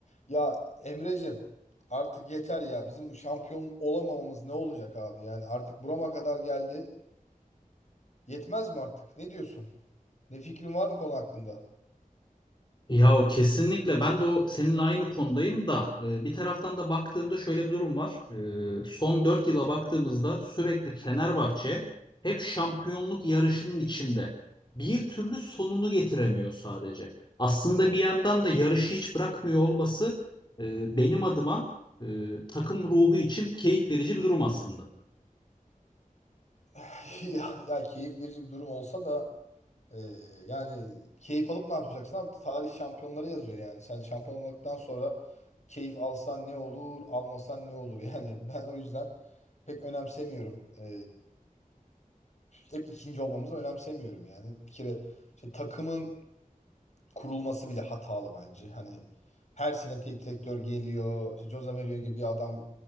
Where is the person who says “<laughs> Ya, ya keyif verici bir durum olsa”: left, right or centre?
Left